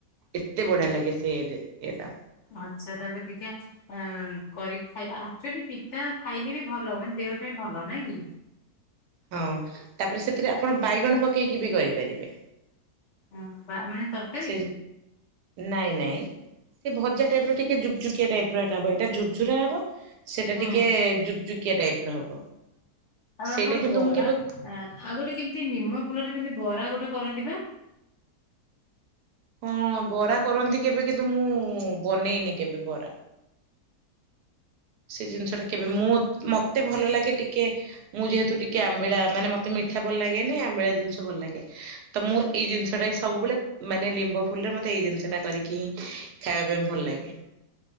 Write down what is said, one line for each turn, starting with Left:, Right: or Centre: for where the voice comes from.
Right: ଏତେ ବଢ଼ିଆ ଲାଗେ ସେ ଟା ଏଟା
Left: ଆଚ୍ଛା ତାହେଲେ ଟିକେ କରିକି ଖାଇ ଆଚୁଲି ପିତା ଖାଇଲେ ବି ଭଲ ହ ମାନ ଦେହ ପାଇଁ ଭଲ ନାଇ କି
Right: ହଁ ତାପରେ ସେଥିରେ ଆପଣ ବାଇଗଣ ପକେଇକି ବି କରିପାରିବେ
Left: ହଁ, ବା ମାନେ ତରକାରୀ
Right: ସେ ନାଇଁ ନାଇଁ ସେ ଭଜା ଟାଇପ ର ଟିକେୁକୁକିଆ ଟାଇପ ରଟା ହବ ଏଇଟା ଝୁରଝୁର ହବ ସେଇଟା
Left: ହୁଁ
Right: ଟିକେ ଜୁଗଝୁକିଆ ଟାଇପ ର ହବ
Left: ଆଉ
Right: ସେଇଟା
Left: ଆମର
Right: କିନ୍ତୁ
Left: ବରା
Right: ମୁଁ କେବେ
Left: ଆଉ ଗୋଟେ କେମିତି ନିମ ଫୁଲରେ ସେମିତି ବରା ଗୋଟେ କରନ୍ତି ବା
Right: ହଁ ବରା କରନ୍ତି କେବେ କିନ୍ତୁ ମୁଁ ବନେଇନି କେବେ ବରା ସେ ଜିନିଷ ଟା କେବେ ମୁଁ ମତେ ଭଲ ଲାଗେ ଟିକେ ମୁଁ ଯେହେତୁ ଟିକେ ଆମ୍ବିଳା ମାନେ ମତେ ମିଠା ଭଲ ଲାଗେନି ଆମ୍ବିଳା ଜିନିଷ ଭଲ ଲାଗେ ତ ମୁଁ ଏଇ ଜିନିଷ ଟା ହିଁ ସବୁବେଳେ ମାନେ ଲିମ୍ବ ଫୁଲରେ ମତେ ଏଇ ଜିନିଷ ଟା କରିକି ହିଁ ଖାଇବା ପାଇଁ ଭଲ ଲାଗେ